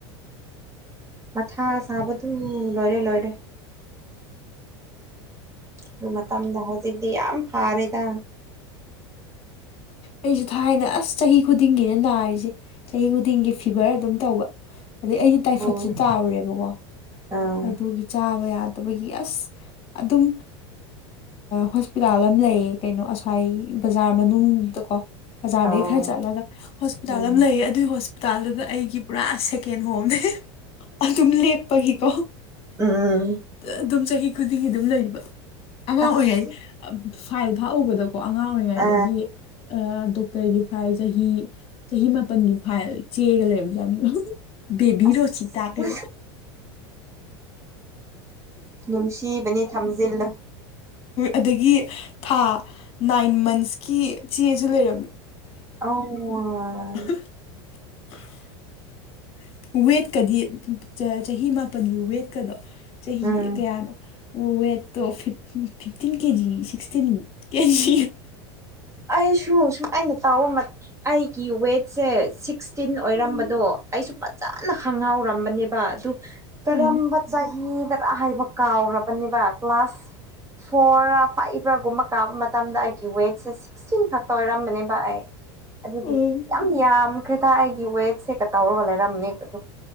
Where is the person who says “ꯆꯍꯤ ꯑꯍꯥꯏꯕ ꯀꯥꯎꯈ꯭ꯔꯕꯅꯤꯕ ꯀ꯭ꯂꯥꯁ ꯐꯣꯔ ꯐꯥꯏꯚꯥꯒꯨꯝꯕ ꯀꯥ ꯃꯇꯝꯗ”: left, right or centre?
Right